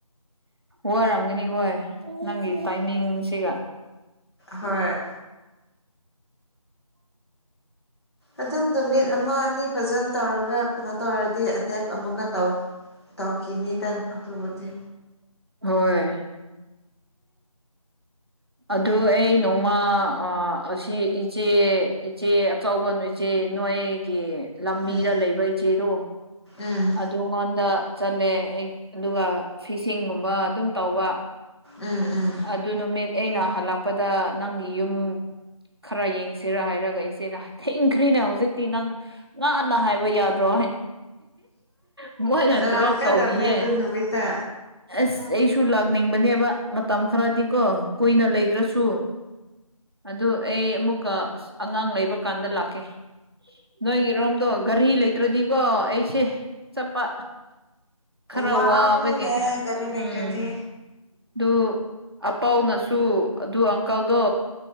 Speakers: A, on the right; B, on the left.
A: ꯋꯥꯔꯝꯒꯅꯤ ꯍꯣꯏ ꯅꯪꯒꯤ ꯇꯥꯏꯃꯤꯡꯁꯤꯒ
B: ꯍꯣꯏ
A: ꯎꯝꯝ
B: ꯑꯗꯨꯝ ꯅꯨꯃꯤꯠ ꯑꯃ ꯑꯅꯤ ꯐꯖꯅ ꯇꯧꯔꯒ ꯀꯩꯅꯣ ꯇꯧꯔꯗꯤ ꯑꯗꯦꯞ ꯑꯃꯨꯛꯀ ꯇꯧ ꯇꯧꯈꯤꯅꯤꯗ ꯑꯗꯨꯕꯨꯗꯤ
A: ꯍꯣꯏ ꯑꯗꯨ ꯑꯩ ꯅꯣꯡꯃ ꯑꯁꯤ ꯏꯆꯦ ꯏꯆꯦ ꯑꯆꯕ ꯏꯆꯦ ꯏꯆꯦ ꯅꯣꯏꯒꯤ ꯂꯝꯕꯤꯗ
B: ꯎꯝ
A: ꯂꯩꯕ ꯏꯆꯦꯗꯣ
B: ꯎꯝ
A: ꯑꯗꯨꯉꯣꯟꯗ ꯆꯠꯂꯦ ꯑꯗꯨꯒ ꯐꯤꯁꯤꯡꯒꯨꯝꯕ ꯑꯗꯨꯝ ꯇꯧꯕ
B: ꯎꯝ ꯎꯝ
A: ꯑꯗꯨ ꯅꯨꯃꯤꯠ ꯑꯩꯅ ꯍꯜꯂꯛꯄꯗ ꯅꯪꯒꯤ ꯌꯨꯝ ꯈꯔ ꯌꯦꯡꯁꯤꯔ ꯍꯥꯏꯔꯒ ꯏꯆꯦꯅ ꯊꯤꯡꯈ꯭ꯔꯤꯅꯦ ꯍꯧꯖꯤꯛꯇꯤ ꯅꯪ ꯉꯥꯟꯟꯅ ꯍꯥꯏꯕ ꯌꯥꯗ꯭ꯔꯣ ꯃꯣꯏꯅ
B: ꯂꯥꯛꯀꯗꯕꯅꯦ
A: ꯗ꯭ꯔꯣꯞ ꯇꯧꯕꯤꯌꯦ
B: ꯑꯗꯨ ꯅꯨꯃꯤꯠꯇ
A: ꯑꯁ ꯑꯩꯁꯨꯨ ꯂꯒꯅꯤꯡꯅꯦ ꯃꯇꯝ ꯈꯔꯗꯤ ꯀꯣ ꯀꯨꯏꯅ ꯂꯩꯗ꯭ꯔꯁꯨ ꯑꯗꯨ ꯑꯩ ꯑꯃꯨꯛꯀ ꯑꯁ ꯑꯉꯥꯡ ꯂꯩꯕ ꯀꯥꯟꯗ ꯂꯥꯛꯀꯦ ꯅꯣꯏꯒꯤꯔꯣꯝꯗꯣ ꯘꯔꯤ ꯂꯩꯇ꯭ꯔꯗꯤꯀꯣ ꯑꯩꯁꯦ ꯆꯠꯄ ꯈꯔ
B: ꯋꯥꯕꯅꯤꯅꯦ
A: ꯋꯥꯕꯒꯤ
B: ꯒꯥꯔꯤ ꯂꯩꯇ꯭ꯔꯗꯤ
A: ꯎꯝ ꯑꯗꯨ ꯑꯄꯥꯎꯅꯁꯨ ꯑꯗꯨ ꯑꯪꯀꯜꯗꯣ